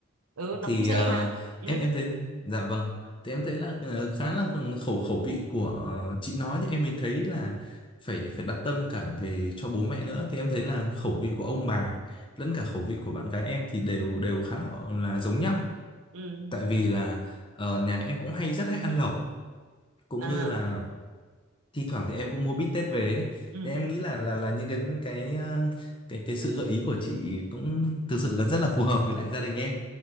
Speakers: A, on the right; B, on the left.
A: ừ
B: thì
A: nó cũng dễ
B: ờ,
A: mà ừ
B: em em thấy dạ vâng thì em thấy là ờ, khá là khẩu khẩu vị của ờ, chị nói thì em mới thấy là phải phải đặt tâm cả về cho bố mẹ nữa thì em thấy là khẩu vị của ông bà lẫn cả khẩu vị của bạn gái em thì đều đều khá là là giống nhau
A: ừ <laughs>
B: tại vì là ờ, nhà em cũng hay rất hay ăn lẩu cũng
A: à
B: như là thi thoảng thì em cũng mua bít tết về ấy.
A: ừ
B: Thì em nghĩ là là là những cái cái ờ, cái cái sự gợi ý của chị cũng thực sự là rất là phù hợp với lại gia đình em